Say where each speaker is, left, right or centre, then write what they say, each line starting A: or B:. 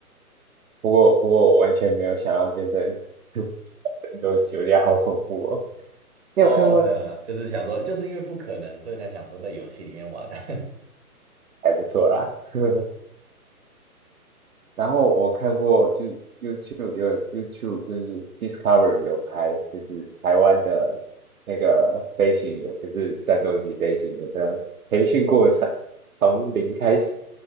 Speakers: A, on the right; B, on the right.
A: 不过不过我完全没有想要变成 <laughs> 战斗机，<laughs> 我觉得好恐怖哦。你有看过？
B: 哦，没有啦，就是想说，就是因为不可能，所以才想说在游戏里面玩啊。
A: 还不错啦。<laughs> 然后我看过就，就有 YouTube 就是 Discovery 有拍，就是台湾的那个飞行员，就是战斗机飞行员的培训过程，从零开始。